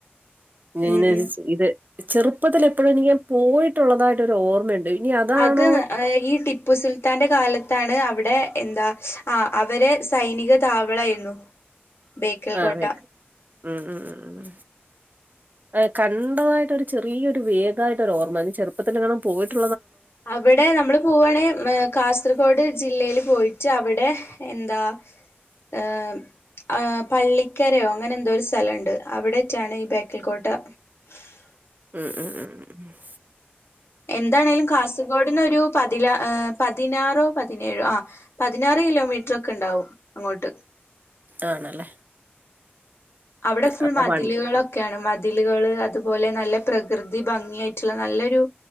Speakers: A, on the right; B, on the left.
A: ഇങ്ങനെ
B: ഉം
A: ഇത് ചെറുപ്പത്തിലൽ അപ്പോഴ എനിക്ക്ഞാൻ പോയിട്ടുള്ളതായിട്ട്ൊരു ഓർമ്മയുണ്ട് ഇനി അതാണോ
B: അത് ഈ ടിപ്പു സുൽത്താന്റെ കാലത്ത് ാണ് അവിടെ എന്താ ആ അവരെ സൈനിക താവളായിരുന്നു ബേക്കൽ കോട്ട
A: ആക്ക് ഉം ഉ ഉ ഉ ആ കണ്ടതായിട്ടൊ ഒരു ചെറിയൊരു വേഗമായിട്ടരു ഓർമ്മ ഇ ചെറുപ്പത്തി കണം പോയിട്ട്
B: അവിടെ നമ്മള് പോവാണെിൽ കാസർഗോഡ് ജില്ലൽ പോയിട്ട് അവിടെ എന്താ ഏ ആ പള്ളിക്കരയോ അങ്ങനെ എന്തോ ഒരു സ്ഥലംുണ്ട് അവിടെട്ടാണ് ഈ ബേക്കൽ കോോട്ട ഉ
A: ഉം ഉം ഉം ഉം ഉ
B: എന്താണേലും കാസർഗോഡിന ഒരു പതില പതിനാറോ പതിനേഴോ ആ പതിനാറ് കിലോമീറ്റർ ഒക്കെ ഉണ്ടാവും അങ്ങോട്ട്
A: ആണല്ലേ
B: അവിടെ ഫുൾ
A: അപ്പൊ
B: മതിലുകളൊക്കെയാണ്
A: വൺ
B: മതി അതിലുകള് അതുപോലെ നല്ല പ്രകൃതി ഭംഗിയ ആായിട്ടുള്ള നല്ലൊരു